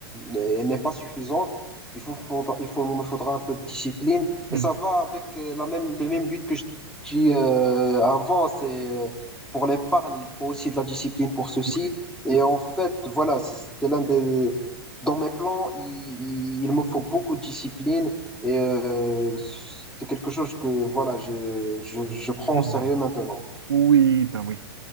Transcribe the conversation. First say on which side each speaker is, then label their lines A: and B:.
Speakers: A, in the centre; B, on the right.
A: elle n'est pas suffisante. Il faut, faudra- il faut, me faudra un peu de discipline.
B: Mhm.
A: Et ça va avec euh, la même, le même but que je dis euh, avant, c'est euh, pour l'épargne, il faut aussi de la discipline pour ceci.
B: Oui.
A: Et en fait, voilà, c'est c'est l'un des... Dans mes plans, il, il il me faut beaucoup de discipline et euh, c'est quelque chose que voilà, je, je, je prends
B: Mhm.
A: au sérieux maintenant.
B: <clears throat> Oui, ben oui.